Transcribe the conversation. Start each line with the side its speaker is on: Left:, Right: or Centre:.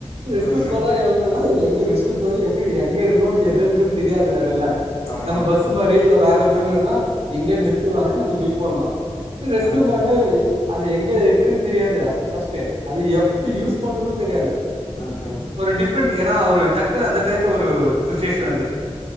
Right: ரெஷ்ட்
Left: ம்
Right: போலா எல்னா ரெஷ்ட் போய் எப்படி அ ங்க இருக்கோ எத இருக்கும்ன்னு தெரியாது வேரல்ல
Left: ஆமா
Right: நம்ம பஸ் மாரி இல்ல வேற எதுன்னுன்னா எங்கேய நிருத்துவாங்க நம்ம வீட் போலா ரெஸ்ட்ரூம்
Left: ம்
Right: வந்து அது எங்க இருக்குன்னு தெரியாது ஃபஸ்ட்டு அது எப்படி யூஸ் பண்ற தெரியாது
Left: ஓகே
Right: ஒரு டிஃப்ரெண்ட் ஏன்னா ஒரு டக்குன்னு அந்த டைத்துல ஒரு சுச்சுவேஷன் அது